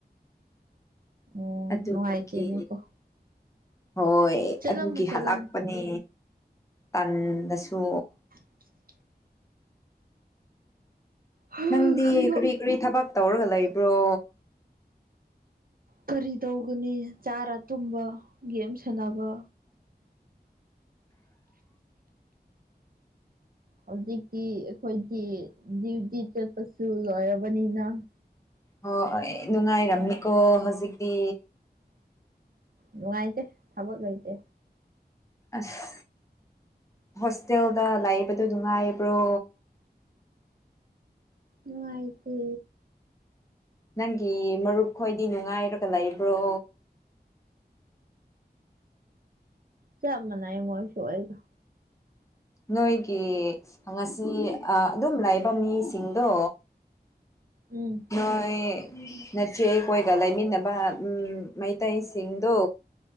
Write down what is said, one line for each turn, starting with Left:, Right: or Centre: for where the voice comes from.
Right: ꯑꯣ
Left: ꯑꯗꯨ
Right: ꯅꯨꯡꯉꯥꯏꯇꯦꯅꯦꯀꯣ
Left: ꯈꯣꯏꯒꯤ ꯍꯣꯏ
Right: ꯆꯠꯂꯝꯃꯨ
Left: ꯑꯗꯨꯒꯤ
Right: ꯆꯠꯂꯝꯃꯨ
Left: ꯍꯜꯂꯛꯄꯅꯦ꯫ ꯇꯟꯗꯁꯨ
Right: <inaudible> ꯍꯥ
Left: ꯅꯪꯗꯤ
Right: ꯈꯣꯏꯔꯣ
Left: ꯀ꯭ꯔꯤ ꯀ꯭ꯔꯤ ꯊꯕꯛ ꯇꯧꯔꯒ ꯂꯩꯕ꯭ꯔꯣ꯫
Right: ꯀꯔꯤ ꯇꯧꯒꯅꯤ ꯆꯥꯔ ꯇꯨꯝꯕ ꯒꯦꯝ ꯁꯥꯟꯅꯕ ꯍꯧꯖꯤꯛꯇꯤ ꯑꯩꯈꯣꯏꯗꯤ ꯗ꯭ꯌꯨꯇꯤ ꯆꯠꯄꯁꯨ ꯂꯣꯏꯔꯕꯅꯤꯅ
Left: ꯑꯣ ꯅꯨꯡꯉꯥꯏꯔꯝꯅꯤꯀꯣ ꯍꯧꯖꯤꯛꯇꯤ
Right: ꯅꯨꯡꯉꯥꯏꯇꯦ ꯊꯕꯛ ꯂꯩꯇꯦ
Left: ꯑꯁ ꯍꯣꯁꯇꯦꯜꯗ ꯂꯩꯕꯗꯣ ꯅꯨꯡꯉꯥꯏꯕ꯭ꯔꯣ
Right: ꯅꯨꯡꯉꯥꯏꯇꯦ
Left: ꯅꯪꯒꯤ ꯃꯔꯨꯞ ꯈꯣꯏꯗꯤ ꯅꯨꯡꯉꯥꯏꯔꯒ ꯂꯩꯕ꯭ꯔꯣ
Right: ꯆꯝ ꯃꯅꯥꯏ ꯃꯣꯏꯁꯨ ꯑꯩꯒ
Left: ꯅꯣꯏꯒꯤ ꯉꯁꯤ ꯑ ꯑꯗꯨꯝ ꯂꯩꯕ ꯃꯤꯁꯤꯡꯗꯣ
Right: ꯎꯝ
Left: ꯅꯣꯏ ꯅꯆꯦ ꯑꯩꯈꯣꯏꯒ ꯂꯩꯃꯤꯟꯅꯕ ꯎꯝ ꯃꯩꯇꯩꯁꯤꯡꯗꯣ